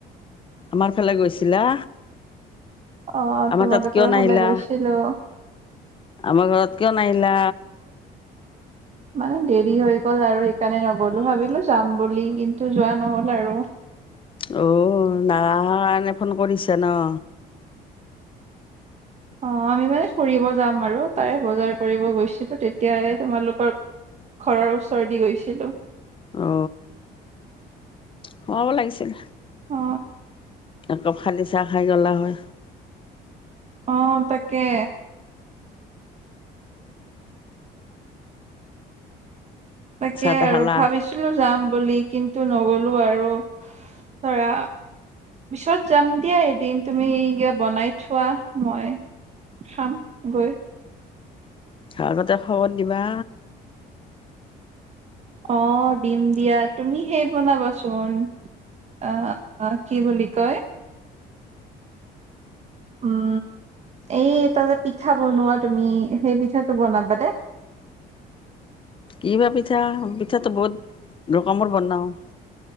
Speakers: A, on the left; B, on the right.
A: আমাৰ ফালে গৈছিলা?
B: অ,
A: আমাৰ
B: তোমালোকৰ
A: তাত কিয় নাহিলা
B: ফালে গৈছিলোঁ।
A: আমাৰ ঘৰত কিয় নাহিলা?
B: মানে দেৰি হৈ গ'ল আৰু। সেইকাৰণে নগলো। ভাবিলো যাম বুলি, কিন্তু যোৱা নহ'ল আৰু।
A: অ, নাৰাখা কাৰণে ফোন কৰিছে ন।
B: অ, আমি মানে ফুৰিব যাম আৰু, তাৰে বজাৰ কৰিব গৈছিলোঁ। তেতিয়াই তোমালোকৰ ঘৰৰ ওচৰেদি গৈছিলোঁ।
A: অ, সুমাব লাগিছিল।
B: অ,
A: একাপ খালি চাহ খাই গ'লা হৈ।
B: অ, তাকে। তাকে
A: চাহ তাহ
B: আৰু
A: খালা
B: ভাবিছিলো যাম বুলি, কিন্তু নগলো আৰু ধৰা। পিছত যাম দিয়া এদিন, তুমি যে বনাই থোৱা, মই খাম গৈ।
A: আগতে খবৰ দিবা?
B: অদিম দিয়া। তুমি হে বনাবাচোন! অ, অ কি বুলি কয়? উম এইটা যে পিঠা বনোৱা তুমি সেই পিঠাটো বনাবা দে
A: কি বা পিঠা পিঠাটো বহুত ৰকমৰ বনাওঁ।